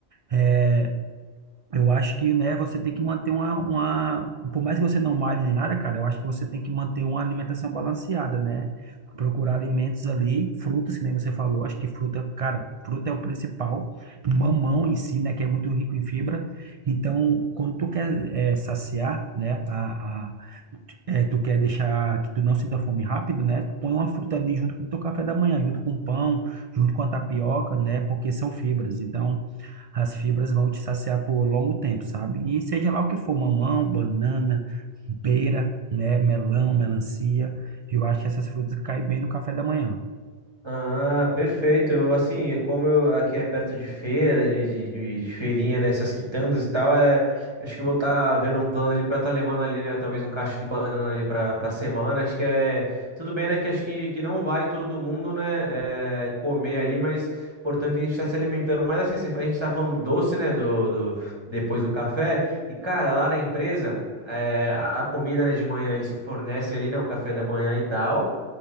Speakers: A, on the right; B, on the right.
A: é, eu acho que, né, você tem que manter uma, uma, por mais que você não malhe nem nada, cara, eu acho que você tem que manter uma alimentação balanceada, né? Procurar alimentos ali, frutas, que nem você falou, acho que fruta, cara, fruta é o principal, mamão em si, né, que é muito rico em fibra. Então, quando tu quer eh, saciar, né, a, a- é, tu quer deixar que tu não sinta fome rápido, né? Tu põe uma fruta ali junto com o teu café da manhã, junto com o pão, junto com a tapioca, né? Porque são fibras. Então, as fibras vão te saciar por longo tempo, sabe? E seja lá o que for, mamão, banana, pera, né? Melão, melancia. Eu acho que essas frutas caem bem no café da manhã.
B: Ah, perfeito. Eu, assim, como eu, aqui é perto de feira, de, de, de- de feirinha, né? Essas quitandas e tal, é, acho que eu vou estar vendo um plano ali pra estar levando ali, né? Talvez um cacho de banana ali pra, pra semana. Acho que é. Tudo bem, né? Que acho que, que não vai todo mundo, né? é, comer ali, mas é importante a gente estar se alimentando. Mas assim, se a gente tá falando do doce, né? Do, do, depois do café. E, cara, lá na empresa, é, a a comida, né, de manhã, eles que fornecem ali, né? O café da manhã e tal.